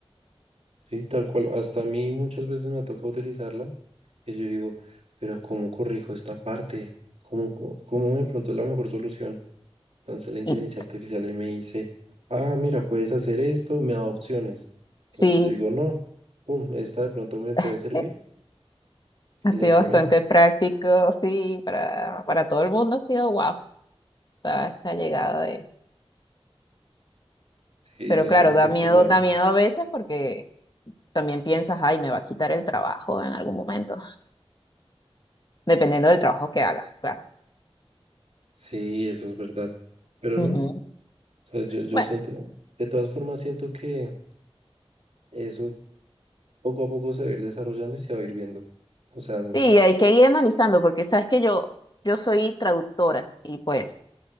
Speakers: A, on the right (about 75°); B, on the left (about 45°).
A: Sí, tal cual. Hasta a mí muchas veces me toca utilizarla y yo digo, pero ¿cómo corrijo esta parte? ¿Cómo, co- cómo de pronto es la mejor solución? Entonces la inteligencia
B: Y
A: artificial ahí me dice, ah, mira, puedes hacer esto, me da opciones.
B: sí,
A: Entonces yo digo, no, pum, esta de pronto me puede
B: <laughs>
A: servir
B: ha
A: y
B: sido
A: la implemento.
B: bastante práctico, sí, para, para todo el mundo ha sido guau esta, esta llegada de...
A: Sí,
B: Pero
A: yo
B: claro,
A: siento
B: da
A: que ha
B: miedo,
A: cambiado.
B: da miedo a veces porque también piensas, ay, me va a quitar el trabajo en algún momento, dependiendo del trabajo que hagas, claro.
A: Sí, eso es verdad. Pero
B: Ujú.
A: no, o sea, yo, yo
B: Bueno,
A: siento, de todas formas siento que... Eso poco a poco se va a ir desarrollando y se va a ir viendo. O sea, n-
B: sí, hay que ir analizando porque sabes que yo, yo soy traductora y pues